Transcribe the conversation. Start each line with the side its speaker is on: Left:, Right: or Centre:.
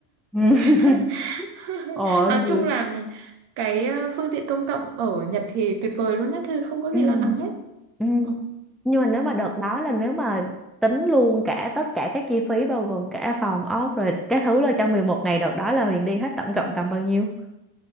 Centre: Ừ. <laughs>
Right: <laughs>
Centre: Ồ
Right: Nói
Centre: như
Right: chung là cái ờ, phương tiện công cộng ở Nhật thì tuyệt vời luôn á Thư, không có gì
Centre: ừ
Right: lo lắng hết.
Centre: ừ.
Right: Ừ.
Centre: nhưng mà nếu mà đợt đó là nếu mà tính luôn cả tất cả các chi phí bao gồm cả phòng ốc rồi các thứ là trong 11 ngày đợt đó là Huyền đi hết tổng cộng tầm bao nhiêu?